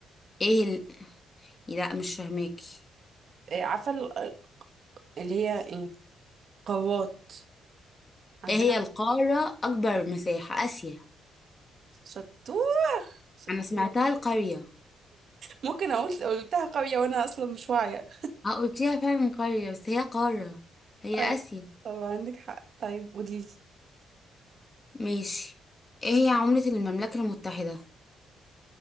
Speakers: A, on the left (about 25°); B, on the right (about 55°).
A: ايه ال... لا مش فاهماكي
B: آه، عارفة ال- اللي هي ايه قوات عندنا
A: ايه هي القارة اكبر مساحة اسيا
B: شطور شطور
A: انا سمعتها القرية
B: ممكن اقول قلتها قوية وانا اصلا مش واعية
A: اه قلتيها فعلا قرية بس هي قارة هي
B: ايوه
A: اسيا
B: طبعا عندك حق طيب قوليلي
A: ماشي ايه هي عملة المملكة المتحدة